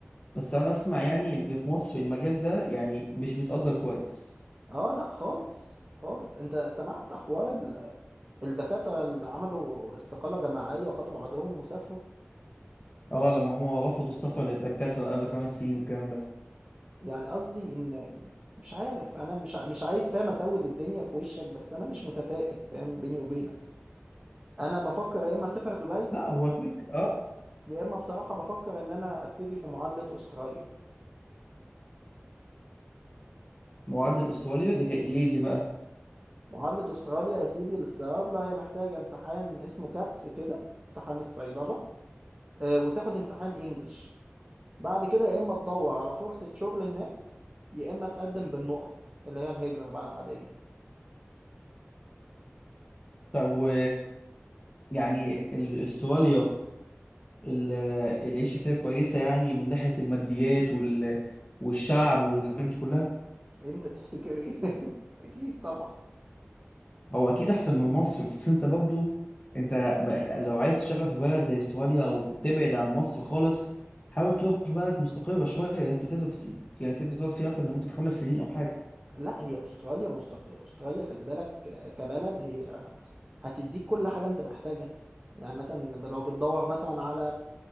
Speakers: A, on the left; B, on the right.
A: بس انا اسمع يعني ان في مصر المجال ده يعني مش بيتقدر كويس
B: اه لا خالص خالص انت سمعت حوار الدكاترة اللي عملوا استقالة جماعية وخدوا بعضهم وسافروا
A: اه لما هم رفضوا السفر للدكاتره قبل خمس سنين والكلام ده
B: يعني قصدي إن مش عارف أنا مش ع- مش عايز فاهم أسود الدنيا في وشك بس أنا مش متفائل فاهم بيني وبينك أنا بفكر يا إما أسافر دبي
A: لا هو كليك اه
B: يا إما بصراحة بفكر إن أنا أبتدي في معادلة أستراليا
A: معدل استراليا دي دي إيه دي بقى
B: معادلة أستراليا يا سيدي للصيادلة هي محتاجة امتحان اسمه كابس كده امتحان الصيدلة آه، وتاخد امتحان إنجلش بعد كده يا إما تدور على فرصة شغل هناك يا إما تقدم بالنقط اللي هي الهجرة بقى العادية
A: طب و يعني ال- استراليا ال- العيشة فيها كويسة يعني من ناحية الماديات وال... والشعب والحاجات دي كلها
B: انت تفتكر ايه <laughs> اكيد طبعا
A: هو أكيد أحسن من مصر بس أنت برضو أنت ب- لو عايز تشتغل في بلد زي استراليا أو تبعد عن مصر خالص حاول تروح بلد مستقرة شوية يعني أنت تقدر تت- يعني تقدر تقعد فيها مثلا لمدة خمس سنين أو حاجة
B: لا هي استراليا مستق... استراليا خلي بالك آه، كبلد هي آه، هتديك كل حاجه انت محتاجها يعني مثلا ب- لو بتدور مثلا على